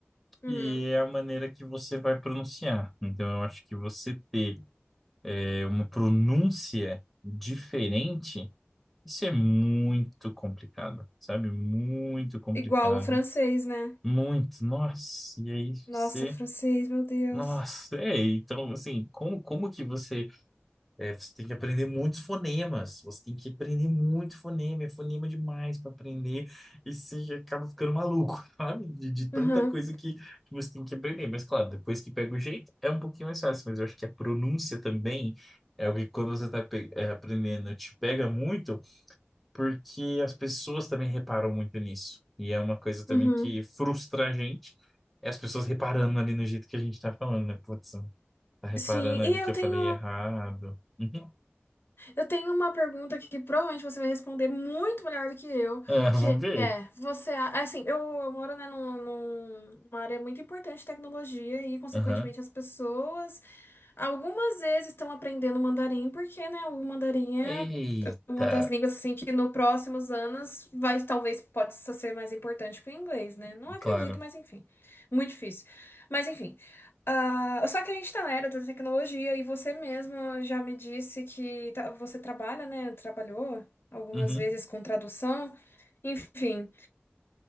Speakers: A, on the left; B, in the centre.
A: Uhum.
B: e é a maneira que você vai pronunciar. Então, eu acho que você ter é, uma pronúncia diferente, isso é muito complicado, sabe? Muito complicado.
A: Igual o francês, né?
B: Muito, nossa, e aí
A: Nossa,
B: você,
A: francês, meu Deus.
B: nossa, é, então assim, como, como que você É, você tem que aprender muitos fonemas. Você tem que aprender muito fonema. É fonema demais para aprender. E você acaba ficando maluco, <laughs> sabe? De, de tanta
A: Uhum,
B: coisa que, que você tem que aprender. Mas, claro, depois que pega o jeito, é um pouquinho mais fácil. Mas eu acho que a pronúncia também é algo que quando você está aprendendo, te pega muito, porque as pessoas também reparam muito nisso. E é uma coisa também
A: uhum.
B: que frustra a gente. É as pessoas reparando ali no jeito que a gente está falando, né? Putz, tá reparando
A: Sim,
B: ali
A: e
B: que
A: eu
B: eu
A: tenho.
B: falei errado. <laughs>
A: Eu tenho uma pergunta que provavelmente você vai responder muito melhor do que eu,
B: Ah,
A: que
B: <laughs> vamos ver.
A: é, você, a- é assim, eu, eu moro, né, num- num- numa área muito importante de tecnologia e, consequentemente,
B: Aham.
A: as pessoas, algumas vezes estão aprendendo mandarim porque, né, o mandarim é
B: Eita,
A: uma das línguas assim que nos próximos anos vai talvez pode ser mais importante que o inglês, né? Não acredito,
B: claro.
A: mas enfim, muito difícil. Mas enfim, ah, só que a gente tá na era da tecnologia e você mesma já me disse que tá- você trabalha, né? Trabalhou algumas
B: Uhum.
A: vezes com tradução, enfim.